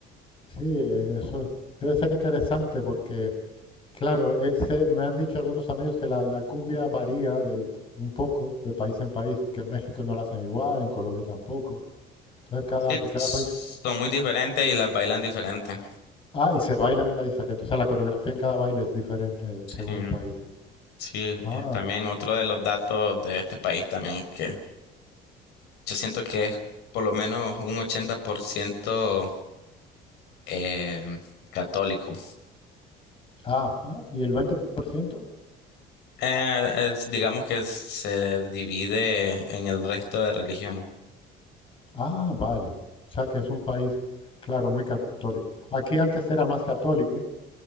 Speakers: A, on the left (about 30°); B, on the left (about 70°).
A: Sí, e- eso debe ser interesante porque, claro, eh, sé- me han dicho algunos amigos que la, la cumbia varía de, de- un poco de país en país, porque en México no la hacen igual, en Colombia tampoco. Entonces, cada,
B: Sí,
A: que cada
B: s-
A: país...
B: son muy diferentes y las bailan diferentes.
A: Ah, y se baila diferente, o sea, la coreografía en cada baile es diferente según
B: Sí,
A: el país.
B: sí,
A: Ah,
B: eh, también otro de los datos de este país también es que yo siento que es por lo menos un 80% eh, católico.
A: ajá, ¿y el 20%?
B: Eh, es- digamos que se divide en el resto de religiones.
A: Ah, vale. O sea, que es un país, claro, muy católico. Aquí antes era más católico,